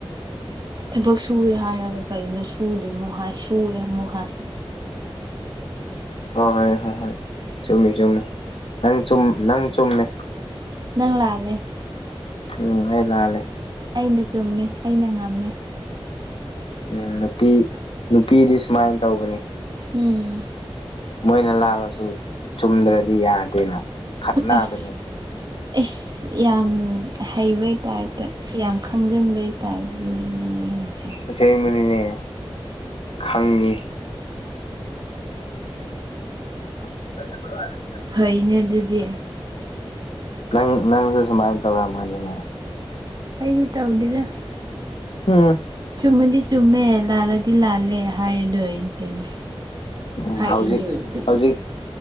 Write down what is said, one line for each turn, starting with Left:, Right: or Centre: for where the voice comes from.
Right: ꯊꯕꯛ ꯁꯨꯏꯋꯦ ꯍꯥꯏꯔꯒ ꯀꯔꯤꯅꯣ ꯁꯨꯗꯦ ꯑꯃꯨꯛ ꯍꯥꯏ ꯁꯨꯔꯦ ꯑꯃꯨꯛ ꯍꯥꯏ
Left: ꯍꯣꯏ ꯍꯣꯏ ꯍꯣꯏ ꯍꯣꯏ ꯆꯨꯝꯃꯤ ꯆꯨꯝꯃꯤ ꯅꯪ ꯆꯨꯝ ꯅꯪ ꯆꯨꯝꯃꯦ
Right: ꯅꯪ ꯂꯥꯜꯂꯦ
Left: ꯎꯝ ꯑꯩ ꯂꯥꯜꯂꯦ
Right: ꯑꯩꯅ ꯆꯨꯝꯃꯦ ꯑꯩꯅ ꯉꯝꯃꯦ
Left: ꯎꯝ ꯅꯨꯄꯤ ꯅꯨꯄꯤꯗꯤ ꯁꯨꯃꯥꯏ ꯇꯧꯕꯅꯦ
Right: ꯎꯝ
Left: ꯃꯣꯏꯅ ꯂꯥꯜꯂꯁꯨ ꯆꯨꯝꯗ꯭ꯔꯗꯤ ꯌꯥꯗꯦꯅ ꯈꯠꯅꯕꯅꯤ
Right: ꯑꯁ ꯑꯦꯁ ꯌꯥꯝ ꯍꯩꯕꯩ ꯇꯥꯏꯞꯇ ꯌꯥꯝ ꯈꯪꯖꯟꯕꯩ ꯇꯥꯥꯏꯞ ꯅꯪꯅꯤ ꯅꯪꯁꯦ
Left: ꯑꯁꯦꯡꯕꯅꯤꯅꯦ ꯈꯪꯉꯤ <unintelligible>
Right: ꯐꯩꯅꯦ ꯑꯗꯨꯗꯤ
Left: ꯅꯪ ꯅꯪꯁꯨ ꯁꯨꯃꯥꯏ ꯇꯧꯔꯝꯒꯅꯤꯅꯦ
Right: ꯑꯩꯗꯤ ꯇꯧꯗꯦꯗ
Left: ꯎꯝ
Right: ꯆꯨꯝꯃꯗꯤ ꯆꯨꯝꯃꯦ ꯂꯥꯜꯂꯗꯤ ꯂꯥꯜꯂꯦ ꯍꯥꯏꯔꯗꯣꯏ ꯀꯩꯅꯣ
Left: ꯎꯝ
Right: ꯍꯥꯏꯔ
Left: ꯍꯧꯖꯤꯛ
Right: ꯂꯣꯏꯔꯦ ꯗꯨꯕꯨ
Left: ꯍꯧꯖꯤꯛ